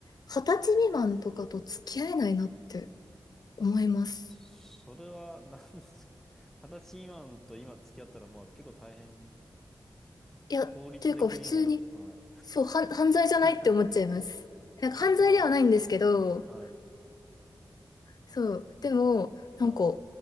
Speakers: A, on the left; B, in the centre.
A: 二十歳未満とかと付き合えないなって思います。
B: それは何ですか <laughs> 二十歳未満と今付き合ったら、まあ結構大変。
A: いや、
B: 法律的にも、
A: っていうか普通に、
B: はい。
A: そう、はん犯罪じゃないって思っちゃいます。
B: <laughs>
A: なんか犯罪ではないんですけど、
B: まあまあ、はい、
A: そう、でも、なんか、
B: はい。